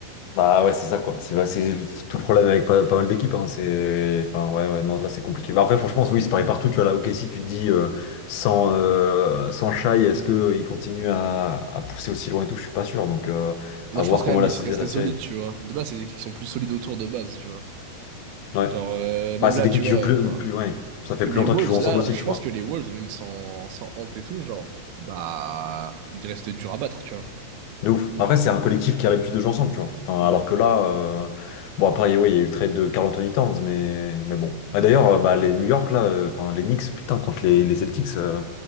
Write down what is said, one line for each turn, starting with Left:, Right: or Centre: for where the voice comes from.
Left: Bah ouais, c'est ça quoi. C'est c'est tout le problème avec pas, pas mal d'équipes. Hein. C'est, enfin ouais, ouais, non, là c'est compliqué. Bah après, franchement, oui, c'est pareil partout. Tu vois là, ok, si tu te dis euh, sans euh, sans Shai, est-ce que euh, il continue à, à pousser aussi loin et tout? Je suis pas sûr. Donc euh,
Right: moi
Left: à
Right: je
Left: voir
Right: pense quand
Left: comment
Right: même
Left: la,
Right: il
Left: sé-
Right: serait, serait
Left: la série.
Right: solide tu vois de base c'est des équipes qui sont plus solides autour de base tu vois
Left: Ouais.
Right: Genre, euh, même
Left: Bah, c'est
Right: là,
Left: des
Right: tu
Left: équipes
Right: vois,
Left: qui jouent plus,
Right: enfin,
Left: plus, ouais. Ça fait
Right: même
Left: plus
Right: les
Left: longtemps
Right: Wolves,
Left: qu'ils jouent ensemble
Right: là,
Left: aussi,
Right: je
Left: tu
Right: pense
Left: vois.
Right: que les Wolves, même sans, sans Ant et tout, genre, bah, il reste dur à battre, tu vois.
Left: De ouf. Après, c'est un collectif qui a l'habitude de jouer ensemble, tu vois. Enfin,
Right: Hmm.
Left: alors que là, euh, bon après, ouais, il y a eu le trade de Carl Anthony Towns, mais mais bon. Et d'ailleurs, euh, bah les New York là, euh, enfin les Knicks, putain, contre les les Celtics. euh,